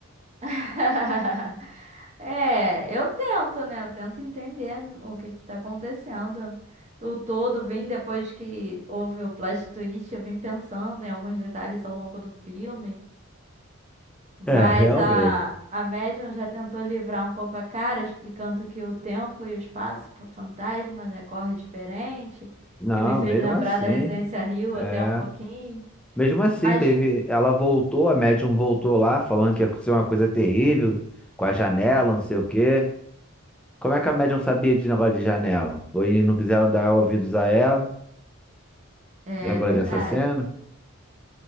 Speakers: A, on the right (about 30°); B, in the centre.
A: <laughs> É, eu tento, né? Eu tento entender o que que tá acontecendo. O todo vim depois que houve o plot twist, eu vim pensando em alguns detalhes ao longo do filme. Mas
B: É, realmente.
A: a, a médium já tentou livrar um pouco a cara, explicando que o tempo e o espaço para o fantasma, né, corre diferente,
B: Não,
A: que me fez
B: mesmo
A: lembrar
B: assim,
A: da Residência Rio
B: é.
A: até um pouquinho.
B: Mesmo assim,
A: Mas
B: teve. Ela voltou, a médium voltou lá, falando que ia acontecer uma coisa terrível com a janela, não sei o quê. Como é que a médium sabia de negócio de janela? Foi não quiseram dar ouvidos a ela.
A: é
B: Lembra
A: verdade.
B: dessa cena?